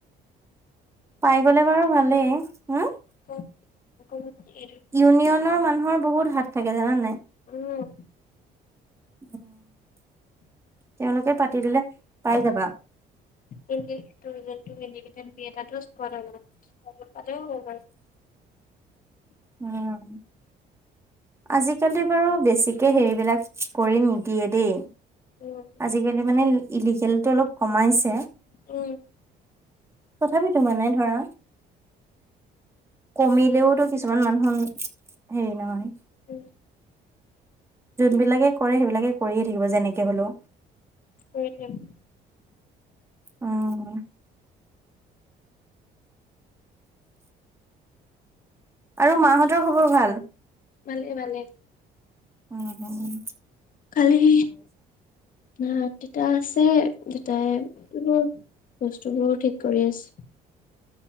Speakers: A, on the right; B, on the left.
A: পাই গ'লে বাৰু ভালেই, উম।
B: অ'। <unintelligible>
A: ইউনিয়নৰ মানুহৰ বহুত হাত থাকে জানা নাই।
B: উম।
A: <inaudible> তেওঁলোকে পাতিদিলে পাই যাবা।
B: <unintelligible> দুই এটাটো স্পটৰ হ'য়, সেইটোত পালে হ'ব বাৰু।
A: উম। আজিকালি বাৰু বেছিকে হেৰিবিলাক কৰি নিদিয়ে দেই।
B: উম।
A: আজিকালি মানে ইলিগেলটো অলপ কমাইছে।
B: উম
A: তথাপিটো মানে ধৰা, কমিলেওটো কিছুমান মানুহ হেৰি নহয়।
B: উম।
A: যোনবিলাকে কৰে সেইবিলাকে কৰিয়ে থাকিব, যেনেকে হ'লেও।
B: কৰি থাকিব
A: উম। আৰু মাহঁতৰ খবৰ ভাল।
B: ভালে- ভালে।
A: উম, হম।
B: কালি নাই, দেতা আছে, দেতাই কিবা বস্তুবোৰ ঠিক কৰি আছে।